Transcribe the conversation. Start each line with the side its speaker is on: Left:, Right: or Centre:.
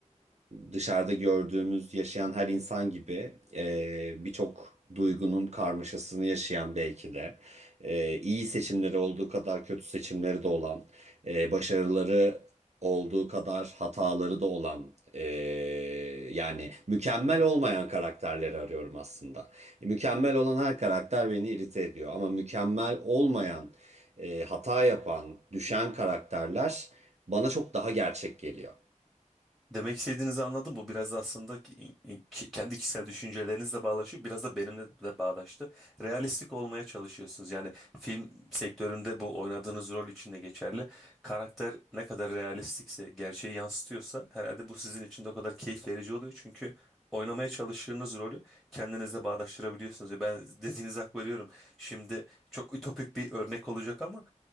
Right: dışarıda gördüğümüz yaşayan her insan gibi e, birçok duygunun karmaşasını yaşayan belki de e, iyi seçimleri olduğu kadar kötü seçimleri de olan, e, başarıları olduğu kadar hataları da olan, e, yani mükemmel olmayan karakterleri arıyorum aslında. Mükemmel olan her karakter beni irite ediyor ama mükemmel olmayan, e, hata yapan, düşen karakterler bana çok daha gerçek geliyor.
Centre: Demek istediğinizi anladım. Bu biraz aslında ki- ki- kendi kişisel düşüncelerinizle bağdaşıyor. Biraz da benimle de bağdaştı. Realistik olmaya çalışıyorsunuz. Yani film sektöründe bu oynadığınız rol için de geçerli. Karakter ne kadar realistikse, gerçeği yansıtıyorsa herhalde bu sizin için de o kadar keyif verici oluyor. Çünkü oynamaya çalıştığınız rolü kendinizle bağdaştırabiliyorsunuz. Ya Ben <laughs> dediğinize hak veriyorum. Şimdi çok ütopik bir örnek olacak ama